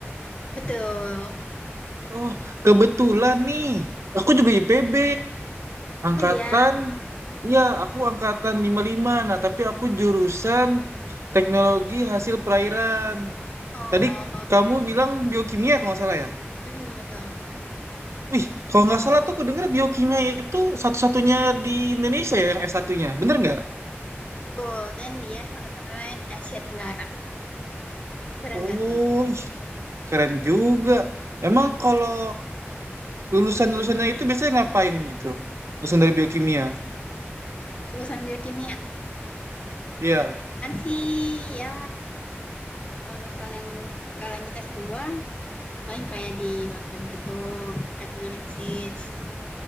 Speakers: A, on the left (about 25°); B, on the right (about 80°).
A: betul.
B: Oh, kebetulan nih. Aku juga IPB. Angkatan,
A: Oh iya.
B: iya aku angkatan lima puluh lima, Nah, tapi aku jurusan teknologi hasil perairan.
A: Oh,
B: Tadi kamu bilang biokimia kalau nggak salah ya?
A: mm, betul.
B: Wih, kalau nggak salah tuh aku dengar biokimia itu satu-satunya di Indonesia ya, yang s satunya, Bener nggak?
A: Betul, dan dia satu-satunya di Asia Tenggara. Keren
B: Oh,
A: gak tuh?
B: ih, keren juga. Emang kalau lulusan-lulusannya itu biasanya ngapain gitu? Lulusan dari biokimia.
A: Lulusan biokimia.
B: Iya.
A: Kan sih, ya, kalau misalnya nggak lanjut S2, Paling kayak di lab lab gitu, lab analisis.